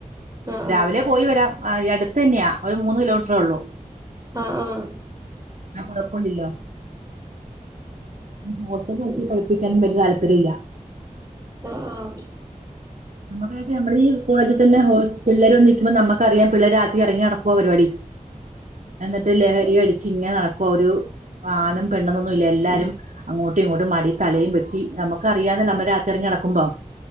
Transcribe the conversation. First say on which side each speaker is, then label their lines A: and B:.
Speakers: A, on the right; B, on the right.
A: ആഹ്
B: രാവിലെ പോയി വരാം ആ ഈയടുത്തന്നെയാ ഒരു മൂന്ന് കിലോമീറ്ററൊള്ളൂ
A: ആഹ്. ആഹ് ആഹ്.
B: ഞാന് ഫുള്ള് ഓലില്ല ഉം പൊറ്ത്ത് മൊടക്കി
A: ഉം.
B: പഠിപ്പിക്കാനും വല്ല്യ താല്പര്യല്ല
A: ആഹ് ആഹ്.
B: നമ്മള്ക്ക് വിചാരിച്ച ഞമ്മളീ കോളേജി തന്നെ ഹോസ് പിള്ളേര് വന്ന് പിന്നെ നമ്മക്കറിയാം പിള്ളേര് രാത്രി എറങ്ങി നടക്കുവ പരിപാടി എന്നിട്ട് ലഹരി അടിച്ച് ഇങ്ങനെ നടക്കുവ ഒരു ആണും പെണ്ണന്നൊന്നുല്ല എല്ലാരും അങ്ങോട്ടും ഇങ്ങോട്ടും മടി തലയും വെച്ചി നമുക്കറിയാലൊ നമ്മ രാത്രി എറങ്ങി നടക്കുമ്പം